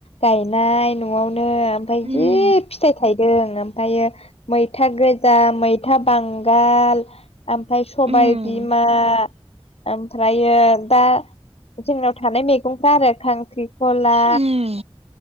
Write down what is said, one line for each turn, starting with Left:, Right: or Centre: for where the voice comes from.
Left: गायनाय न'आव नो ओमफ्राय
Right: उम
Left: जि फिथाइ थायदों ओमफ्रायो मैथा गोजा मैथा बांगाल ओमफ्राय सबायाइ
Right: उम
Left: बि मा ओमफ्रायो दा जोंनाव थानाय मैगंफ्रा आरो खांख्रि खला
Right: उम